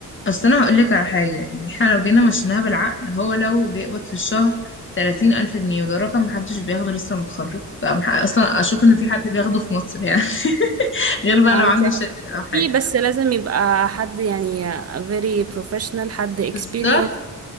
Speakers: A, on the left (about 35°); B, on the right (about 45°).
A: اصل انا هقول لك على حاجه يعني احنا لو جينا مشيناها بالعقل هو لو بيقبض في الشهر 30 الف جنيه وده رقم محدش بياخده لسه متخرج فمح- اصلا اشك ان في حد بياخده في مصر يعني <laughs> غير بقى
B: آه،
A: لو
B: انت
A: عنده شركه او حاجه
B: في بس لازم يبقى حد يعني very professional حد experienced
A: بالظبط